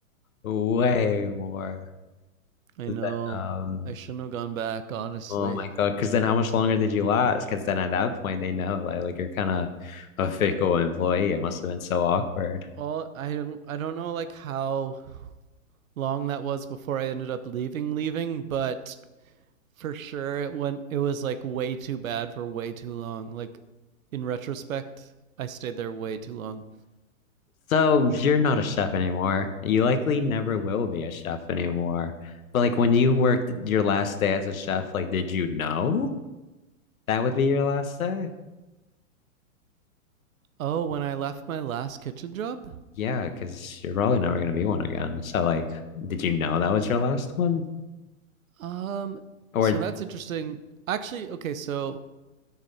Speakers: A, on the left (about 75°); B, on the right (about 70°).
A: way more
B: I
A: than,
B: know.
A: um,
B: I shouldn't have gone back, honestly.
A: oh my God. Because then how much longer did you last? Because then at that point, they know like, like you're kind of a fickle employee. It must have been so awkward.
B: Well, I don't I don't know like how long that was before I ended up leaving leaving, but for sure it went it was like way too bad for way too long. Like in retrospect, I stayed there way too long.
A: So you're not a chef anymore. You likely never will be a chef anymore. But like when you worked your last day as a chef, like did you know that would be your last day?
B: Oh, when I left my last kitchen job?
A: Yeah, because you're probably never gonna be one again. So like, did you know that was your last one?
B: Um
A: Or
B: so that's interesting. Actually, okay, so